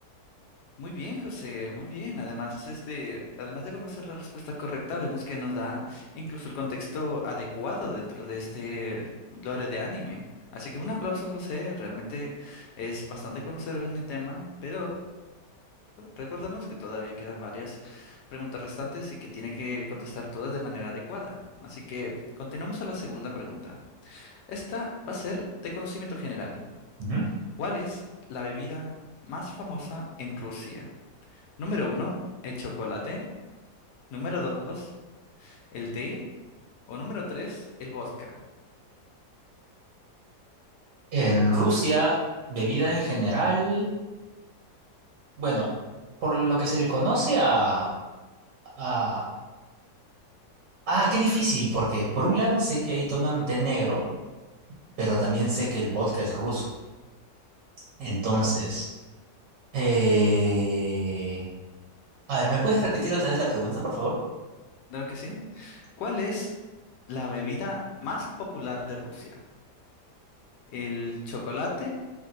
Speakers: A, on the left; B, on the right.
A: Muy bien, José, muy bien. Además, este, además de conocer la respuesta correcta, vemos que nos da incluso el contexto adecuado dentro de este lore de anime. Así que un aplauso, José. Realmente es bastante conocedor en el tema, pero Recordemos que todavía quedan varias preguntas restantes y que tiene que contestar todas de manera adecuada. Así que continuamos a la segunda pregunta. Esta va a ser de conocimiento general.
B: Ujú.
A: ¿Cuál es la bebida más famosa en Rusia? Número uno, el chocolate. Número dos, el té. O número tres, el vodka.
B: En Rusia, bebida en general, bueno, por lo que se le conoce a, a... Ah, qué difícil, porque por un lado sé que ahí toman té negro, pero también sé que el vodka es ruso. Entonces,
A: Claro,
B: eh... a ver, ¿me puedes repetir otra vez la pregunta, por favor?
A: claro que sí. ¿Cuál es la bebida más popular de Rusia? ¿El chocolate,